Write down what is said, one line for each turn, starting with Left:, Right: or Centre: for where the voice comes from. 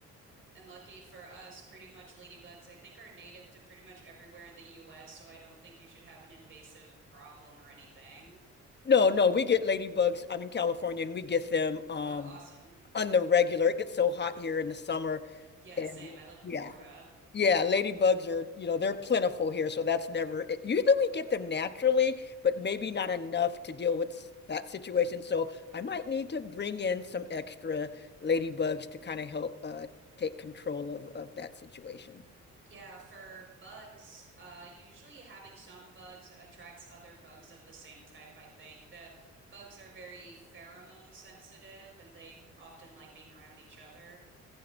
Right: and lucky for us, pretty much ladybugs I think are native to pretty much everywhere in the US, so I don't think you should have an invasive problem or anything.
Left: No, no, we get ladybugs. I'm in California and we get them um
Right: Oh, awesome.
Left: on the regular. It gets so hot here in the summer.
Right: Yeah,
Left: And
Right: same. I live in
Left: yeah,
Right: Florida.
Left: Yeah, ladybugs are, you know, they're plentiful here, so that's never, it- usually we get them naturally, but maybe not enough to deal with s- that situation. So I might need to bring in some extra ladybugs to kind of help uh, take control of, of that situation.
Right: Yeah, for bugs, uh, usually having some bugs attracts other bugs of the same type, I think. The bugs are very pheromone sensitive and they often like being around each other.